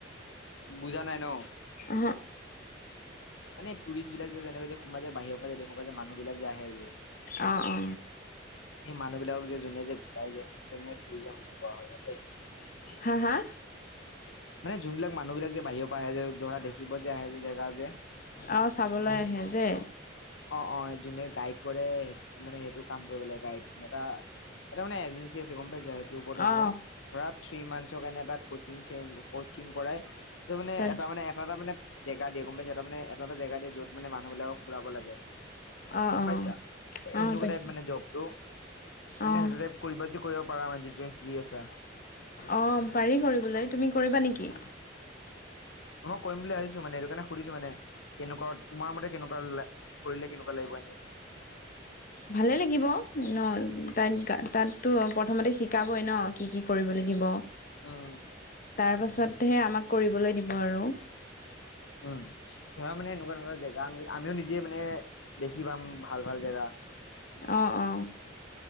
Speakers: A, on the left; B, on the left.
A: বুজা নাই ন?
B: অহ।
A: মানে ট্যুৰিষ্ট বিলাক যে, যেনেকৈ যে কোনোবা যে বাহিয় পা যে দেশ পা যে মানুহ বিলাক যে আহে যে
B: অ, অ।
A: মানুহবিলাকক যে, জোনে যে ঘূৰাই যে <unintelligible> ট্যুৰিজিয়াম কয়া হয় গম পাইছে।
B: হা হা
A: মানে জোনবিলাক মানুহ বিলাক যে বাহিৰৰ পা আহে যে ধৰা, দেখিব যে আহে যে জেগা যে
B: অ, চাবলৈ আহে যে
A: অ অ যোনে গাইড কৰে মানে সেইটো কাম কৰিবলে। গাইড মানে এটা এটা মানে এজেঞ্চি আছে গম পাইছা? সেইটো <unintelligible>
B: অ
A: মানে ধৰা থ্ৰী মান্থছৰ কাৰণে এটা ক'চিং চেন কচিং কৰাই, তো মানে
B: তাৰ
A: এটা মানে এটা এটা মানে জেগা দিয়ে গম পাইছা। এটা মানে এটা এটা জেগা দিয়ে, য'ত মানে মানুহবিলাক ফুৰাব লাগে।
B: অ
A: গম
B: অ
A: পাইছা? এ
B: অ
A: হেনেকুৱা
B: পাইছো
A: টাইপ মানে জবটো। মানে
B: অ
A: সেইটো টাইপ কৰিবা যদি কৰিব পাৰা মানে যদি তুমি ফ্ৰী আছা।
B: অ', পাৰি কৰিবলৈ তুমি কৰিবা নেকি?
A: মই কৰিম বুলি ভাবিছোঁ মানে এইটো কাৰণে সুধিছো মানে। কেনেকুৱা তোমাৰ মতে কেনেকুৱা লা মানে কৰিলে কেনেকুৱা লাগিব এনেই
B: ভালেই লাগিব ন? তাইত গা তাত টো প্ৰথমতে শিকাবই ন', কি কি কৰিব লাগিব।
A: উম।
B: তাৰপাছতহে আমাক কৰিবলৈ দিব আৰু
A: উম ধৰা, মানে এনেকুৱা ধৰণৰ জেগা আমি আমিও নিজে মানে, দেখি পাম ভাল ভাল জেগা।
B: অ, অ।